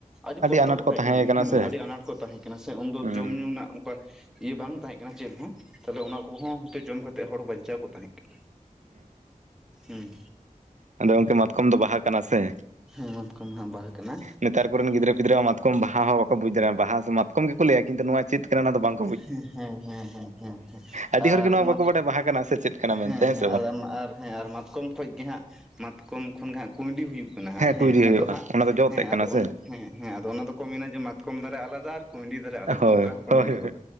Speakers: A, in the centre; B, on the right.
A: ᱟᱹᱰᱤ ᱠᱚᱴᱚ
B: ᱟᱱᱟᱴ
A: ᱠᱟᱛᱮᱡ᱾
B: ᱠᱚ ᱛᱟᱦᱮᱸ ᱠᱟᱱᱟ ᱥᱮ
A: ᱟᱱᱟᱴ ᱠᱚ ᱛᱟᱦᱮᱸ ᱠᱟᱱᱟ ᱥᱮ ᱩᱱᱫᱚ
B: ᱦᱩᱸ
A: ᱡᱚᱢ ᱧᱩ ᱨᱮᱱᱟᱜ ᱚᱱᱠᱟ ᱤᱭᱟᱹ ᱵᱟᱝ ᱛᱟᱦᱮᱸ ᱠᱟᱱᱟ ᱪᱮᱫᱦᱚᱸ ᱛᱟᱦᱞᱮ ᱚᱱᱟ ᱠᱚᱦᱚᱸ ᱦᱚᱭᱛᱚ ᱡᱚᱢ ᱠᱟᱛᱮ ᱦᱚᱲ ᱵᱟᱧᱪᱟᱣ ᱠᱚᱜ ᱛᱟᱦᱮᱸ ᱠᱟᱱᱟ᱾ ᱦᱮᱸ
B: ᱦᱚᱸ ᱟᱫᱚ ᱜᱚᱝᱠᱮ ᱢᱟᱛᱠᱚᱢ ᱫᱚ ᱵᱟᱦᱟ ᱠᱟᱱᱟ ᱥᱮ?
A: ᱦᱮᱸ ᱢᱟᱛᱠᱚᱢ ᱦᱟᱸᱜ ᱵᱟᱦᱟ ᱠᱟᱱᱟ᱾
B: ᱱᱮᱛᱟᱨ ᱠᱚᱨᱮᱱ ᱜᱤᱫᱽᱨᱟᱹ ᱢᱟᱛᱠᱚᱢ ᱵᱟᱦᱟ ᱦᱚᱸ ᱵᱟᱠᱚ ᱵᱩᱡᱽ ᱫᱟᱲᱮᱭᱟᱜ ᱵᱟᱦᱟ ᱢᱟᱛᱚᱢ ᱜᱮᱠᱚ ᱞᱟᱹᱭᱟ ᱠᱤᱱᱛᱩ ᱱᱚᱣᱟ ᱪᱮᱫ ᱠᱟᱱᱟ ᱚᱱᱟ ᱫᱚ ᱵᱟᱝ
A: ᱦᱮᱸ, ᱦᱮᱸ, ᱦᱮᱸ, ᱦᱮᱸ, ᱦᱮᱸ, ᱦᱮᱸ,
B: ᱟᱹᱰᱤ ᱦᱚᱲᱜᱮ
A: ᱟᱨ
B: ᱱᱚᱣᱟ
A: ᱢᱟᱛ
B: ᱵᱟᱠᱚ ᱵᱟᱰᱟᱭᱟ ᱵᱟᱦᱟ ᱠᱟᱱᱟ ᱥᱮ ᱪᱮᱫ ᱠᱟᱱᱟ ᱢᱮᱱᱛᱮ
A: ᱦᱮᱸ, ᱦᱮᱸ
B: ᱥᱮ ᱵᱟᱝ
A: ᱟᱨ ᱦᱮᱸ ᱟᱨ ᱢᱟᱛᱠᱚᱢ ᱠᱷᱚᱱ ᱜᱮ ᱦᱟᱸᱜ ᱢᱟᱛᱠᱚᱢ ᱠᱷᱚᱱ ᱜᱮ ᱦᱟᱸᱜ ᱠᱩᱸᱭᱰᱤ ᱦᱩᱭᱩᱜ ᱠᱟᱱᱟ
B: ᱠᱩᱭᱰᱤ
A: ᱦᱮᱸ,
B: ᱦᱩᱭᱩᱜᱼᱟ
A: ᱟᱫᱚ ᱦᱟᱸᱜ
B: ᱚᱱᱟ ᱫᱚ ᱡᱚ ᱛᱮᱫ
A: ᱦᱮᱸ
B: ᱠᱟᱱᱟ
A: ᱟᱫᱚ
B: ᱥᱮ
A: ᱦᱮᱸ ᱦᱮᱸ ᱟᱫᱚ ᱚᱱᱟ ᱫᱚᱠᱚ ᱢᱮᱱᱟ ᱡᱮ ᱢᱟᱛᱠᱚᱢ ᱫᱟᱨᱮ ᱟᱞᱟᱫᱟ, ᱟᱨ ᱠᱩᱸᱩᱭᱰᱤ ᱫᱟᱨᱮ ᱟᱞᱟᱫᱟ
B: ᱦᱳᱭ
A: ᱚᱱᱠᱟ ᱦᱚᱸᱠᱚ
B: ᱦᱳᱭ
A: ᱢᱚᱱᱮ ᱜᱚᱫᱟ᱾ ᱾